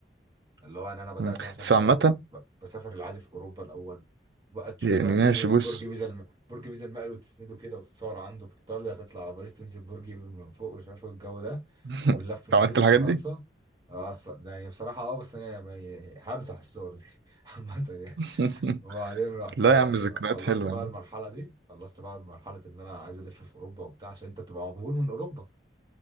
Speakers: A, on the right; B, on the right.
A: اللي هو ان انا بدات
B: مم.
A: مثلا
B: بس
A: ان
B: عامة
A: انا ب- بسافر العادي في اوروبا الاول بقى تشوف
B: يعني
A: بقى
B: ماشي
A: ايه
B: بص
A: برج بيزا الم... برج بيزا المقل وتسنده كده وتتصور عنده في ايطاليا تطلع على باريس تمسك برج ايفل من فوق ومش عارف إيه الجو ده
B: <laughs>
A: واللف
B: أنت
A: النضيف
B: عملت الحاجات
A: في فرنسا
B: دي
A: اه بص... ده يعني بصراحه اه بس انا يعني همسح الصور دي <laughs> عامه يعني
B: <laughs>
A: وبعدين رحت
B: لا يا عم ذكريات
A: خلصت
B: حلوة
A: بقى
B: يعني
A: المرحله دي خلصت بقى مرحله ان انا عايز الف في اوروبا وبتاع عشان انت تبقى مبهور من اوروبا